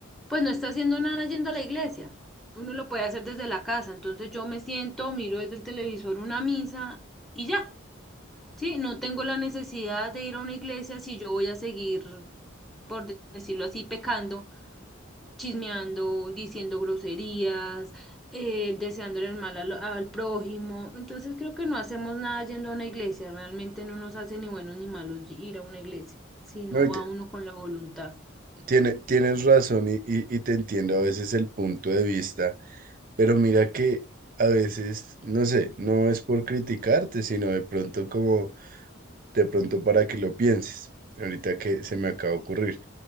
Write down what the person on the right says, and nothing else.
No, y
te-
tiene, tienes razón y, y y te entiendo a veces el punto de vista Pero mira que a veces, no sé, no es por criticarte, sino de pronto como, de pronto para que lo pienses. Ahorita que se me acaba de ocurrir.